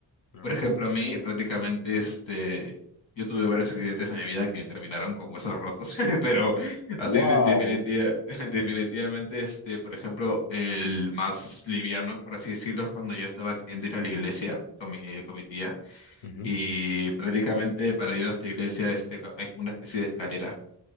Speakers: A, on the left; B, on the left.
A: claro.
B: Por ejemplo, a mí prácticamente este, yo tuve varios accidentes en mi vida que terminaron con huesos rotos, <laughs> pero así
A: Wow.
B: es definitiva- <laughs> definitivamente, este, por ejemplo, el más liviano, por así decirlo, es cuando yo estaba queriendo ir a la iglesia con mi, con mi tía
A: Ujú,
B: y prácticamente para ir a nuestra iglesia este, co- hay como una especie de escalera.